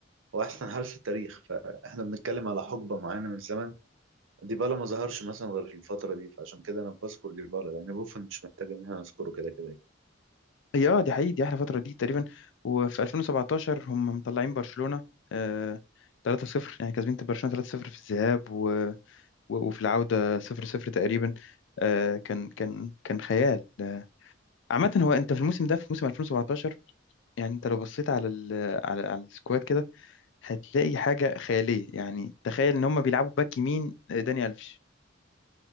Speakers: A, on the right; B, on the left.
A: هو أحسن حارس في التاريخ فإحنا بنتكلم على حقبة معينة من الزمن ديبالا ما ظهرش مثلا غير في الفترة دي فعشان كده أنا بذكر ديبالا لأن بوفون مش محتاج إن أنا أذكره كده كده
B: هي اه دي حقيقي دي احلى فتره دي تقريبا وفي 2017 هم مطلعين برشلونه آه، 3-0 يعني كاسبين برشلونه 3-0 في الذهاب و- و- وفي العوده 0-0 تقريبا آه، كان كان كان خيال آه، عامة هو انت في الموسم ده في موسم 2017 يعني انت لو بصيت على ال على, على السكواد كده هتلاقي حاجة خيالية يعني تخيل ان هم بيلعبوا باك يمين داني الفيش